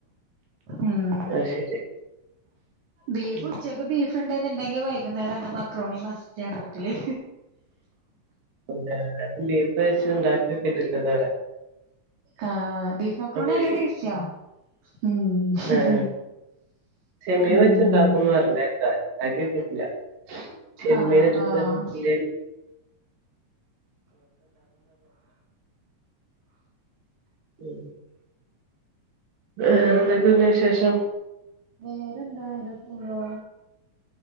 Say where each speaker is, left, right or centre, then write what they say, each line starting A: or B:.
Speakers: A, on the right (about 65°); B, on the right (about 85°).
A: ഉം
B: അത് ശരി
A: ബീഫ്
B: ഉം.
A: ഉച്ചക്ക് ബീഫ് ഫ്ണ്ട്ന്നുണ്ടങ്കി വൈകുന്നേരം അന്ന് മക്രോണി മസ്റ്റാണ് വീട്ടില്.
B: <unintelligible> ബീഫ് വെച്ച് ഇണ്ടാക്കി നോക്കിട്ടില്ല ഇത് വരെ
A: ആഹ് ബീഫ് മക്രോണി നല്ല
B: മെയിൻ
A: ടേസ്റ്റിയാ. ഉം
B: ആഹ് ചെമ്മീൻ
A: ഉം
B: വെച്ചു ഉണ്ടാക്കുന്ന് പറഞ്ഞു കേക്കാം. ഞാൻ <unintelligible> ചെമ്മീൻ
A: ആഹ്
B: ഇട്ടിട്ട്
A: ആഹ്
B: <unintelligible> ഉം വേറെന്തൊക്കെ പിന്നെ വിശേഷം?
A: വേറെന്താ അങ്ങനെ പോണു.